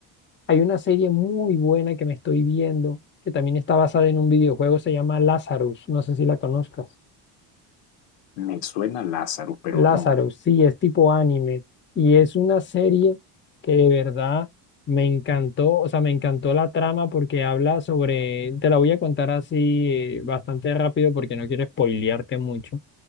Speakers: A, on the left; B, on the left.
A: hay una serie muy buena que me estoy viendo, que también está basada en un videojuego, se llama Lazarus. No sé si la conozcas.
B: Me suena Lázaro, pero
A: Lázaro,
B: no.
A: sí, es tipo anime y es una serie que de verdad me encantó, o sea, me encantó la trama porque habla sobre, te la voy a contar así eh, bastante rápido porque no quiero spoilearte mucho,